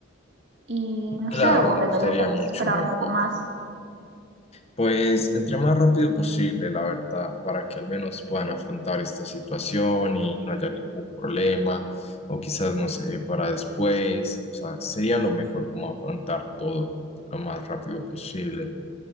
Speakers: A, on the right; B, on the left.
A: Y no
B: Claro,
A: sé, o debería
B: sería
A: tal
B: mucho
A: vez esperar
B: mejor.
A: un poco más.
B: Pues entre más rápido posible, la verdad, para que al menos puedan afrontar esta situación y no haya ningún problema, o quizás, no sé, para después, o sea, sería lo mejor como afrontar todo lo más rápido posible.